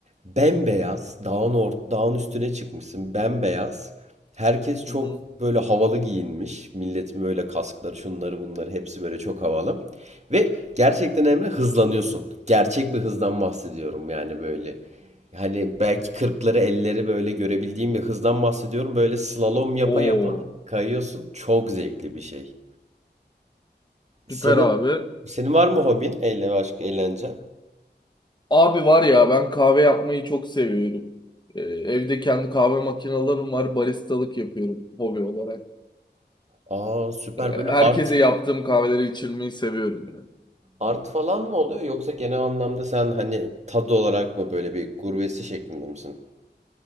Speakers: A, on the right (about 40°); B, on the left (about 25°).
A: Bembeyaz dağın, or dağın üstüne çıkmışsın. Bembeyaz. Herkes çok
B: Hı hı.
A: böyle havalı giyinmiş. Milletin böyle kaskları şunları bunları hepsi böyle çok havalı. Ve gerçekten Emre hızlanıyorsun. Gerçek bir hızdan bahsediyorum yani böyle. Hani belki kırkları 50'leri böyle görebildiğim bir hızdan bahsediyorum. Böyle slalom yapa
B: Oo,
A: yapa kayıyorsun. Çok zevkli bir şey. Senin
B: süper abi.
A: senin var mı hobin? Eğlence başka eğlence.
B: Abi var ya ben kahve yapmayı çok seviyorum. Ee, evde kendi kahve makinelerim var. Baristalık yapıyorum hobi olarak.
A: Aa süper
B: Ee,
A: böyle
B: herkese
A: art
B: yaptığım kahveleri içirmeyi seviyorum yani.
A: art falan mı oluyor yoksa genel anlamda sen hani tad olarak mı böyle bir gurbesi şeklinde misin?